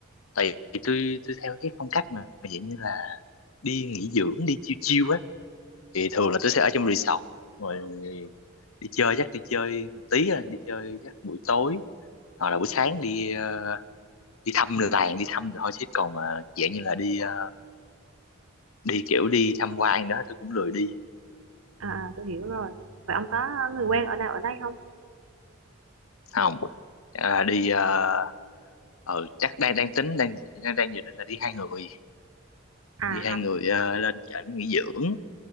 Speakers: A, on the left; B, on the right.
A: tại vì tôi tôi theo cái phong cách mà mà dạng như là đi nghỉ dưỡng đi chiêu chiêu á thì thường là tôi sẽ ở trong resort rồi đi chơi chắc đi chơi tí rồi đi chơi chắc buổi tối hoặc là buổi sáng đi ờ, đi thăm làng đi thăm rồi thôi chứ còn mà dạng như là đi ờ, đi kiểu đi tham quan đó tôi cũng lười đi
B: à tôi hiểu rồi vậy ông có người quen ở nào ở đây không
A: không à, đi ờ ờ, chắc đang đang tính đang đang đang dự định là đi hai người
B: à
A: đi hai người ờ, lên trển nghỉ dưỡng